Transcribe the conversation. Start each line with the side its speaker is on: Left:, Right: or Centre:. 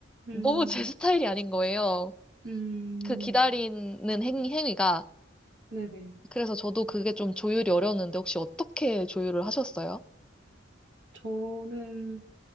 Right: 음,
Centre: 너무 제 스타일이 아닌 거예요.
Right: 음,
Centre: 그 기다리는 행, 행위가.
Right: 네네.
Centre: 그래서 저도 그게 좀 조율이 어려웠는데 혹시 어떻게 조율을 하셨어요?
Right: 저는